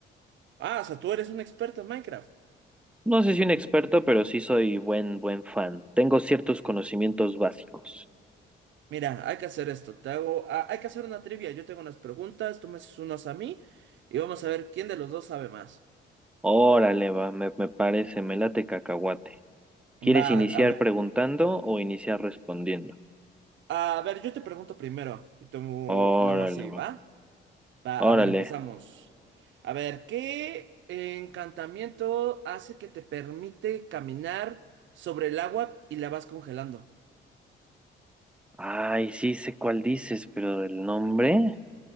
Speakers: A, on the right (about 70°); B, in the centre.
A: Ah, o sea, tú eres un experto en Minecraft.
B: No sé si un experto, pero sí soy buen, buen fan. Tengo ciertos conocimientos básicos.
A: Mira, hay que hacer esto. Te hago, ah, hay que hacer una trivia. Yo tengo unas preguntas, tú me haces unas a mí y vamos a ver quién de los dos sabe más.
B: Órale, va, me, me parece, me late cacahuate. ¿Quieres
A: Va,
B: iniciar
A: a ver.
B: preguntando o iniciar respondiendo?
A: A ver, yo te pregunto primero y, tú-
B: Órale,
A: y luego así,
B: va,
A: ¿va? Va,
B: órale.
A: a ver, empezamos. A ver, ¿qué encantamiento hace que te permite caminar sobre el agua y la vas congelando?
B: Ay, sí sé cuál dices, pero el nombre...